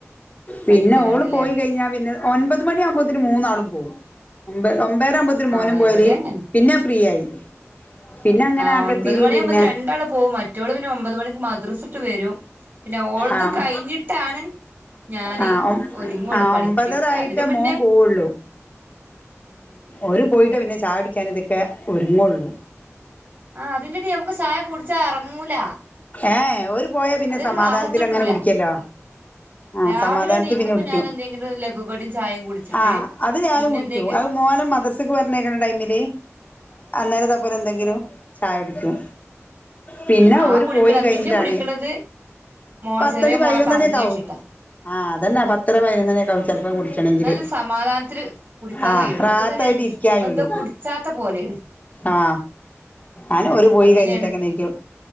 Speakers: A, on the right (about 40°); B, on the left (about 30°).
A: കഴിക്കലാണ്ല്ലേ
B: പിന്നെ ഓള് പോയി കഴിഞ്ഞാ പിന്നെ ഒൻമ്പത് മണിയ ആകുമ്പോത്തേനും മൂന്നാളും പോകും ഒമ്പ ഒമ്പ് നേരമ്പാതെനും മോനും
A: ആഹ്
B: പോയാലേ
A: ഇവിടെ അങ്ങനെ
B: പിന്നെ ഫ്രീ ആയി പിന്നെ അങ്ങനെ
A: ആ
B: ആകത്തിരി
A: ഒൻമ്പത് മണിയാകുമ്പതേനും
B: പിന്നെ
A: രണ്ടാളും പോകും മറ്റോള് പിന്നെ ഒമ്പത് മണിക്ക് മദ്രസട്ട് വരും പിന്നെ ഓൾതും
B: ആഹ്
A: കഴിഞ്ഞിട്ടാണ് ഞാന്
B: ആഹ് ഒ
A: ഒരുങ്ങോള്ളൂ
B: ആഹ്
A: പണിക്ക്
B: ഒമ്പതര ആയിട്ടേ
A: അതിന് മുന്നേ
B: മോൻ പോവുള്ളൂ
A: അങ്ങനെയണല്ലേ
B: ഓര് പോയിട്ടേ പിന്നെ ചായുടിക്കാൻ ഇതൊക്കെ ഒരുങ്ങോള്ളൂ
A: ആഹ് അതിന്റെടി നമുക്ക് ചായ കുടിച്ചാ എറങ്ങൂല
B: ഏ ഓര് പോയാ പിന്നെ
A: അതൊരു
B: സമാധാനത്തില
A: റാഹത്ത്ട്ടൂല
B: അങ്ങനെ കുടിക്യല്ലോ ആ
A: രാവിലെ
B: സമാധാനത്തില്
A: എണീക്കുമ്പോ
B: പിന്നെ കുടിക്കും
A: ഞാൻ എന്തെങ്കിലും ലഘുകടിം ചായയും കുടിച്ചിട്ട്
B: ആ അത് ഞാനും
A: പിന്നെ
B: കുടിക്
A: എന്തെങ്കി
B: അത് മോന് മദ്രസക്ക് പറഞ്ഞേയ്ക്കണ ടൈമില് അന്നേര തയിന്റപ്പരം എന്തെങ്കിലും ചായ കുടിയിക്കും പിന്നെ
A: ആ
B: ഓര്
A: കുടിക്കണ
B: പോയി കഴിഞ്ഞിട്ടാണ്
A: പിന്നെ കുടിക്കണത് മോ
B: പത്തണി
A: ചെറിയ മോളെ
B: പയിനൊന്നണിയൊക്കെ
A: പറഞ്ഞയച്ചിട്ടാ
B: ആവും ആഹ അതന്നെ പത്ത്രര പയിനൊന്നണി തന്നെക്കാവും ചെലപ്പം കുടിച്ക്കണെങ്കില്
A: എന്നാലൊരു സമാധാനത്തില് കുടിക്കാൻ
B: ആഹ്
A: കഴിയുള്ളൂ
B: റാത്തായിട്ട്
A: മറ്റേതൊരു
B: ഇരിക്കായള്ളൂ
A: എന്തോ കുടിച്ചാത്ത പോലെയാണ്
B: ആ ആന് ഒരു പോയി
A: അങ്ങനെയാണ്
B: കഴിഞ്ഞിട്ടെക്കെ എണീക്കു